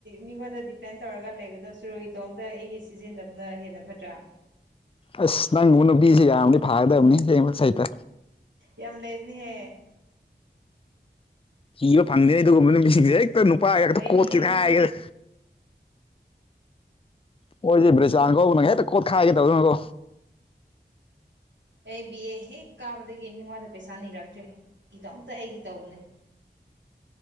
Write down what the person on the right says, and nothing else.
ꯃꯤꯉꯣꯟꯗ ꯗꯤꯄꯦꯟ ꯇꯧꯔꯒ ꯂꯩꯒꯗ ꯁꯔꯨ ꯑꯇꯣꯝꯇ ꯑꯩꯒꯤ ꯁꯤꯖꯤꯟꯅꯕꯅ ꯍꯦꯟꯅ ꯐꯠꯇ꯭ꯔꯥ
ꯌꯥꯝ ꯂꯩꯕꯅꯤꯍꯦ꯫
ꯂꯩꯅꯤ
ꯂꯩꯅꯤ
ꯑꯩ ꯕꯤ ꯑꯦ ꯍꯦꯛ ꯀꯥꯕꯗꯒꯤ ꯃꯤꯉꯣꯟꯗ ꯄꯩꯁꯥ ꯅꯤꯔꯛꯇ꯭ꯔꯦ ꯏꯇꯣꯝꯇ ꯑꯩꯒꯤ ꯇꯧꯕꯅꯦ꯫